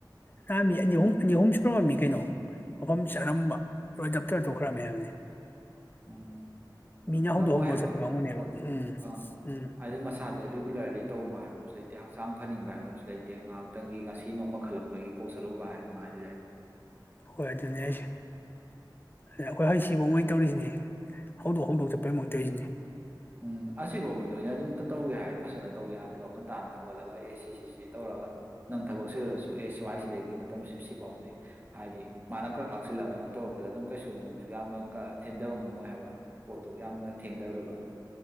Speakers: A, on the left; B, on the right.
A: ꯅꯍꯥꯟ ꯃꯤ ꯑꯅꯤ ꯑꯍꯨꯝ ꯑꯅꯤ ꯑꯍꯨꯝ ꯁꯨꯔꯝꯃꯝꯃꯤ ꯀꯩꯅꯣ ꯃꯐꯝ ꯆꯥꯔꯝꯕ ꯗꯞꯇꯧꯔ ꯇꯣꯛꯈ꯭ꯔꯝꯃꯦ ꯍꯥꯏꯕꯅꯤ
B: ꯎꯝ
A: ꯃꯤꯅ ꯍꯧꯗꯣꯛ
B: ꯉꯝꯃꯣꯏ
A: ꯍꯧꯗꯣꯛꯑ
B: ꯍꯥꯏꯕ
A: ꯆꯠꯄ ꯀꯥꯡꯕꯨꯅꯦꯕ
B: ꯄꯣꯠꯇꯣ
A: ꯎꯝ
B: ꯑꯥ
A: ꯎꯝ
B: ꯑꯗꯨꯗꯩ ꯃꯁꯥꯗ ꯔꯤꯒꯨꯂꯔꯂꯤ ꯇꯧꯕ ꯍꯥꯏꯕ ꯂꯩꯇꯦ ꯍꯛꯆꯥꯡ ꯐꯅꯤꯡꯕ ꯍꯥꯏꯕ ꯑꯃꯁꯨ ꯂꯩꯇꯦ ꯉꯥꯏꯍꯥꯛꯇꯪꯒꯤ ꯉꯁꯤ ꯅꯣꯡꯃ ꯈꯜꯂꯛꯄꯒꯤ ꯀꯣꯛ ꯆꯠꯂꯨꯕ ꯍꯥꯏ <unintelligible>
A: ꯍꯣꯏ ꯑꯗꯨꯅꯤ ꯍꯥꯏꯁꯦ ꯑꯩꯈꯣꯏ ꯍꯧ ꯁꯤꯕꯧꯃꯩ ꯇꯧꯔꯤꯁꯤꯅꯦ ꯍꯧꯗꯣꯛ ꯍꯧꯗꯣꯛ ꯆꯠꯄꯩ ꯃꯑꯣꯡ ꯇꯧꯔꯤꯁꯤꯅꯤ
B: ꯎꯝ ꯑꯁꯤꯐꯥꯎꯕ ꯅꯣꯏꯅ ꯑꯗꯨꯝ ꯇꯧꯒꯦ ꯍꯥꯏꯔꯦ ꯐꯖꯅ ꯇꯧ ꯌꯥꯗ꯭ꯔꯣ ꯉꯟꯇꯥꯅ ꯍꯧꯒꯠꯂꯒ ꯑꯦꯁꯦ ꯁꯤ ꯁꯤ ꯁꯤ ꯇꯧꯔꯒ ꯅꯪ ꯊꯕꯛ ꯆꯤꯜꯂꯥꯁꯨ ꯑꯦ ꯁꯨꯋꯥꯏꯁꯤꯗꯒꯤ ꯃꯇꯝꯁꯤ ꯁꯤꯐꯥꯎꯗꯤ ꯍꯥꯏꯗꯤ ꯃꯥꯅ ꯈ꯭ꯔꯛ ꯂꯥꯛꯁꯤꯜꯂꯒ ꯅꯪ ꯇꯧꯔꯛꯄꯗ ꯑꯗꯨꯝ ꯀꯩꯁꯨ ꯅꯪꯁꯨ ꯌꯥꯝꯅ ꯊꯤꯟꯊꯕ ꯉꯝꯃꯣꯏ ꯍꯥꯏꯕ ꯄꯣꯠꯇꯣ ꯌꯥꯝꯅ ꯊꯦꯡꯗꯔꯣꯏꯕ